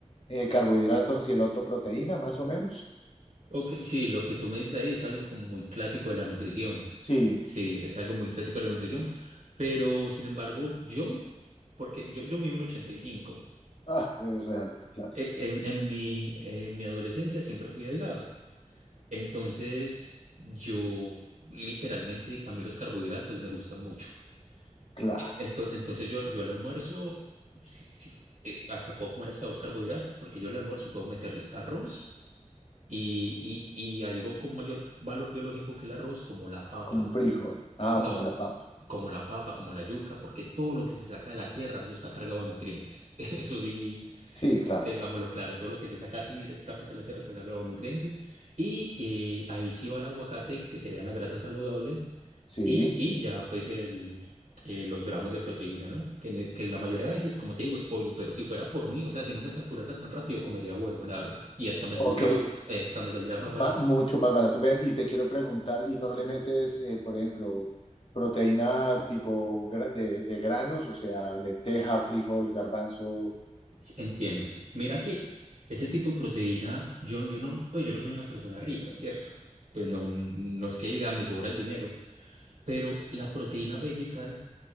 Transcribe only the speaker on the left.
eh, carbohidratos y el otro proteína, más o menos.
Sí,
ah, es real, claro,
claro.
como un frijol. Ah,
como la
papa.
Sí,
claro.
Sí.
Ok,
ma-
mucho más barato. Ven, y te quiero preguntar, ¿y no le metes, eh, por ejemplo, proteína tipo gra- de, de granos, o sea, lenteja, frijol, garbanzo?